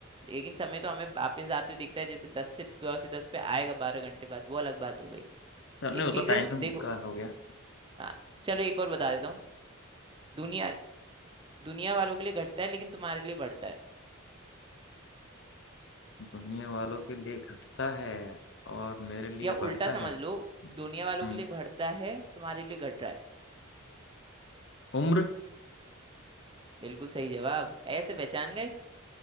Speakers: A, on the right (about 25°); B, on the left (about 60°).
A: लेकिन समय तो हमें वापस आते हुए दिखता है जैसे दस से दो से दस पे आएगा बारह घंटे बाद वो अलग बात हो गई
B: नहीं
A: एक
B: वो तो
A: चीज
B: टाइमिंग
A: है देखो
B: का हो गया
A: हाँ चलो एक और बता देता हूँ दुनिया दुनिया वालों के लिए घटता है लेकिन तुम्हारे लिए बढ़ता है
B: बढ़ने वालों के लिए घटता है और मेरे लिए
A: या
B: बढ़ता
A: उल्टा समझ
B: है
A: लो दुनिया वालों
B: हम्म
A: के लिए बढ़ता है तुम्हारे लिए घट रहा है
B: उम्र
A: बिल्कुल सही जवाब ऐसे पहचान गए